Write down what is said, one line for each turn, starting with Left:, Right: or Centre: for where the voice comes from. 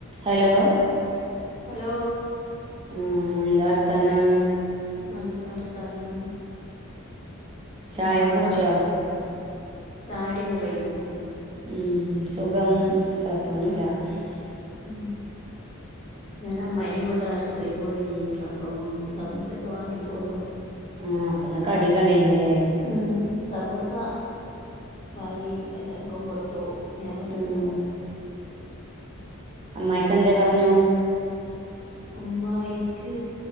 Right: Hello
Left: hello.
Right: ആഹ് എന്താ വർത്താനം.
Left: നല്ല വർത്താനം.
Right: ചായൊക്കെ
Left: എന്താവ്ട്ത്തവസ്ഥ
Right: കുടിച്ചോ
Left: ചായുട്യൊക്കെ കഴ്‌ഞ്ഞോ
Right: ഉം സുഖം കൊയപ്പൊന്നുല്ല <inaudible>
Left: ഉം ഞാൻ അമ്മായിനീം കൊണ്ട് ആശ്ത്രി പോയിനീ അപ്പം സമൂസൊക്കെ വാങ്ങിപ്പോന്നു
Right: ആഹ് അപ്പന്ന് കടിയൊക്കെണ്ടേന്ലേ
Left: ഉം സമൂസ വാങ്ങി എല്ലാർക്കും കൊടുത്തു ഞാനും തിന്നു
Right: ഉം അമ്മായിക്കെന്തേ പർഞ്ഞു
Left: അമ്മായിക്ക്